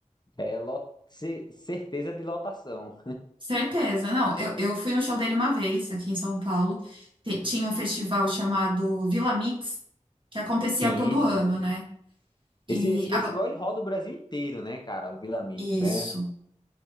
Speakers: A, on the left; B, on the right.
A: é lo- ce- certeza de lotação.
B: Certeza. Não, eu, eu fui no show dele uma vez, aqui em São Paulo. Te- tinha um festival chamado Vila Mix, que acontecia
A: Sim,
B: todo
A: sim.
B: ano, né? E
A: Esse, esse festival
B: agora,
A: ele roda o Brasil inteiro, né, cara? O Vila Mix,
B: isso.
A: é